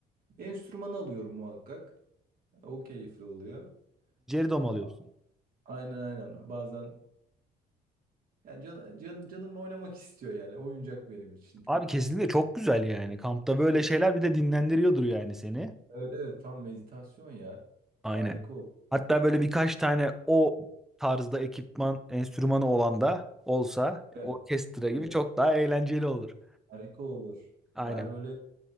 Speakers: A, on the right; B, in the centre.
A: Enstrüman alıyorum muhakkak. O keyifli oluyor.
B: dom alıyorsun.
A: Ee, Aynen aynen. Bazen Yani can, can, canım oynamak istiyor yani. Oyuncak benim için.
B: Abi kesinlikle çok güzel yani. Kampta böyle şeyler bir de dinlendiriyordur yani seni.
A: Evet evet tam meditasyon ya.
B: Aynen.
A: Harika olur.
B: Hatta böyle birkaç tane o tarzda ekipman, enstrümanı olan da olsa
A: Evet,
B: orkestra gibi
A: evet,
B: çok daha eğlenceli olur.
A: harika olur.
B: Aynen.
A: Eğer öyle